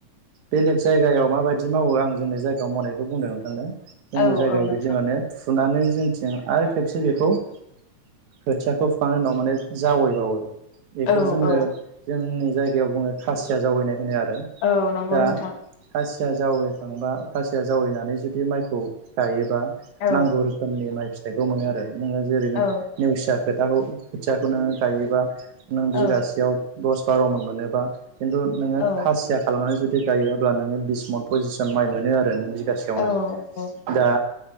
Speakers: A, on the right; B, on the left.
A: बेलेग जायगायाव माबायदि मावो आं जोंनि जायगायाव मावनायखौ बुंदों नोंथांनो।
B: औ
A: जोंनि जायगायाव
B: नोंथां
A: बिदि माने फुनानै जोंनिथिं आरो खेबसे बेखौ खोथियाखौ फुखांनायनि उनाव माने जावैबावो बेखौ
B: औ
A: जोङो
B: औ
A: जोंनि जायगायाव बुङो खासिया जावैनाय होनो आरो
B: औ नंगौ
A: दा
B: नोंथां
A: खासि खासिया जावैखांबा खासिया जावैनानै जुदि माइखौ गायोबा
B: औ
A: नांगौ रोखोमनि माइ फिथाइखौ मोनो आरो नोङो जेरैनो
B: औ
A: नेवसिया खोथाखौ खोथियाखौ नो गायोबा नों बिगासेयाव
B: औ
A: दस बार' मन मोनोबा खिन्थु नोङो
B: औ
A: खासिया खालामनानै जुदि बिदि गायो अब्ला नोङो बिस मन पसिस जन माइ मोनो आरो नों बिगासेयावनो
B: औ नंगौ
A: दा